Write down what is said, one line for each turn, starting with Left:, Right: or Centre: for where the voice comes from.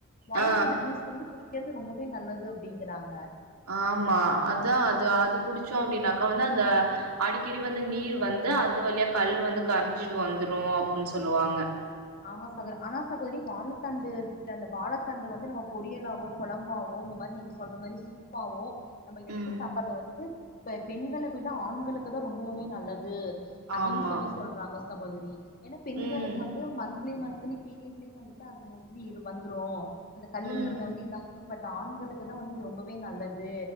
Left: வாழத்தண்டு
Right: ஆ
Left: ஜூஸ் வந்து குடிக்கிறது ரொம்பவே நல்லது அப்டிங்கறாங்க
Right: ஆமா அதா அது அது குடிச்சோ அப்டின்னாக்கா வந்து அந்த அடிக்கடி வந்து நீர் வந்து அது வழியா கல் வந்து கரைஞ்சிட்டு வந்துரு அப்டின் சொல்லுவாங்க
Left: ஆமா சகோ ஆனா சகோதரி வாழத்தண்டு இது அந்த வாழத்தண்டு வந்து நம்ம பொரியலாவோ குழம்பாவோ இந்த மாரி நீங்க சொல்ற மாரி சூப்பாவு நம்ம எடுத்து
Right: ம்
Left: சாப்பற்றது வந்துட்டு இப்ப பெண்கள விட ஆண்களுக்கு தா ரொம்பவுமே நல்லது அப்டின்
Right: ஆமா
Left: சொல்லி சொல்றாங்க சகோதரி எனா பெண்களுக்கு
Right: ம்
Left: வந்து மந்த்லி மந்த்லி பீரியட்லே வந்துட்டு அது மோஸ்லி இது வந்துரு அந்த கல்லுங்கிறது
Right: ம்
Left: வந்து இதா பட் ஆண்களுக்கு தா வந்திது ரொம்பவே நல்லது